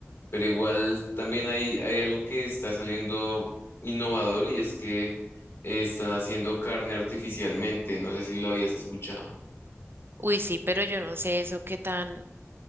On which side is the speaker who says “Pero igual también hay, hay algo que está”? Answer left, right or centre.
Left